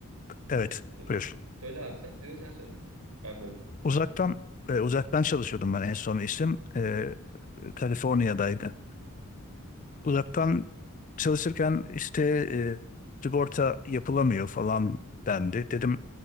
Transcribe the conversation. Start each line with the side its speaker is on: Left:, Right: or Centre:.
Right: Hı.
Left: evet
Right: Sö-
Left: buyur.
Right: Söyle abi sen. Yok sen söyle. Ben böldüm.
Left: Uzaktan e, uzaktan çalışıyordum ben en son işim. E, Kaliforniya'daydı. uzaktan çalışırken işte e, sigorta yapılamıyor falan dendi. Dedim